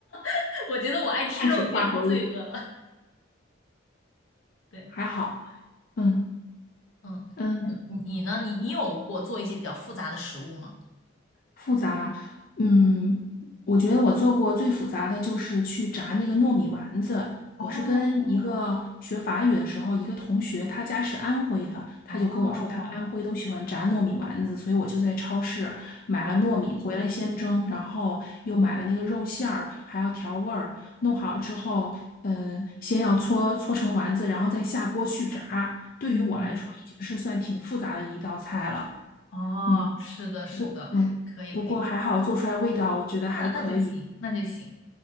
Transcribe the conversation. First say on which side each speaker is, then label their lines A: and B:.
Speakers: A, on the left (about 80°); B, on the left (about 45°).
A: <laughs> 我觉得我爱吃肉已经很罪恶了。
B: 碳水化合物。
A: 对，
B: 还好，嗯
A: 嗯，
B: 嗯，
A: 你你呢？你你有过做一些比较复杂的食物吗？
B: 复杂，嗯，我觉得我做过最复杂的就是去炸那个糯米丸子。
A: 哦
B: 我是跟一个学法语的时候，一个同学，他家是安徽的，他就跟我说他们安徽都喜欢炸糯米丸子，
A: 哦，
B: 所以我就在超市买了糯米回来先蒸，
A: 哦，
B: 然后又买了那个肉馅儿，还要调味儿，弄好之后，呃，先要搓搓成丸子，然后再下锅去炸。对于我来说，
A: 嗯，
B: 已经是算挺复杂的一道菜了。
A: 哦，
B: 嗯。
A: 是的，是的，
B: 不，过，嗯，
A: 可以，
B: 不过还好做出来味道，
A: 可以，
B: 我觉得还可以。
A: 那那就行，那就行。